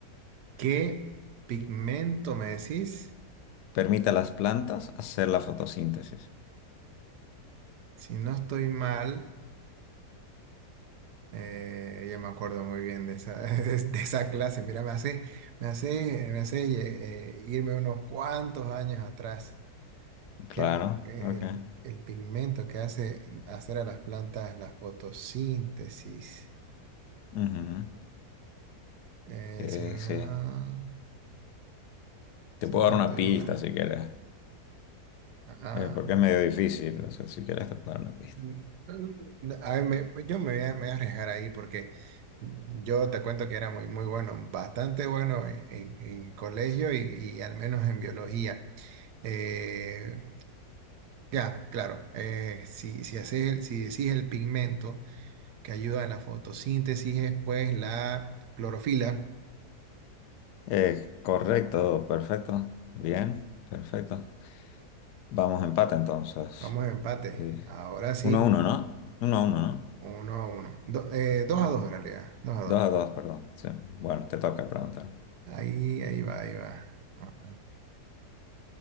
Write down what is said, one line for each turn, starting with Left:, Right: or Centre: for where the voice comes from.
Right: ¿Qué pigmento me decís?
Left: Permite a las plantas hacer la fotosíntesis.
Right: Si no estoy mal, eh, ya me acuerdo muy bien de esa, <laughs> de, de esa clase. Mira, me hace, me hace, me hace eh, eh, irme unos cuantos años atrás.
Left: Claro,
Right: que el,
Left: ok.
Right: el pigmento que hace hacer a las plantas la fotosíntesis.
Left: Ujú.
Right: Eh,
Left: Eh,
Right: si no,
Left: sí, te
Right: si
Left: puedo
Right: no
Left: dar
Right: estoy
Left: una pista
Right: mal.
Left: si quieres,
Right: Ah,
Left: eh, porque
Right: ah,
Left: es medio difícil, o sea, si quieres te puedo dar una pista.
Right: mm, mm, a ver, me- yo me voy a, me voy a arriesgar ahí porque yo te cuento que era muy, muy bueno, bastante bueno en, en colegio y, y al menos en biología. Eh, ya, claro, eh, si, si, haces el- si decís el pigmento. que ayuda en la fotosíntesis es pues la clorofila.
Left: Eh, correcto, perfecto. Bien, perfecto. Vamos empate entonces.
Right: Vamos a empate.
Left: Eh,
Right: Ahora sí,
Left: uno a uno, ¿no? Uno a uno, ¿no?
Right: uno a uno. Do- eh, dos a
Left: A
Right: dos
Left: ver,
Right: en realidad, dos a dos.
Left: dos a dos, perdón. Sí. Bueno, te toca preguntar.
Right: Ahí, ahí va, ahí va. Ah,